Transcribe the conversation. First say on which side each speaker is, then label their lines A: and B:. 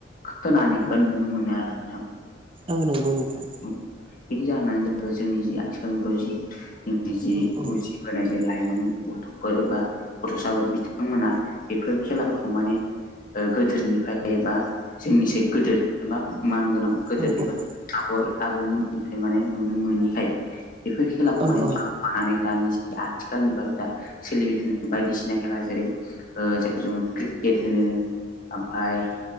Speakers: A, on the left; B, on the right.
A: खोनानै बा नुनो मोनो आरो नोंथां।
B: औ नंगौ नोंथां।
A: बेनि जाहोनानो जाहैबाय जोंनि जि आथिखाल मुगायाव जि जोंनि जि
B: औ औ
A: उजिबोनाय जि लाइमोन गथ'फोर एबा गथ'साफोर बिथांमोना बेफोर खेलाफोरखौ माने ओ गोदोनिफ्राय बा जोंनिसाय गोदोर एबा मान गोनां गोदोर
B: औ औ
A: एबा आबय आबौमोननिफ्राय माने नुनो मोनैखाय। बेफोर खेलाखौ
B: औ
A: माने
B: औ
A: <unintelligible> दानि आथिखाल मुगायाव दा सोलिबाय थानाय बायदिसिना खेला जेरै ओ जायखौ जोङो क्रिकेट होनो। ओमफाय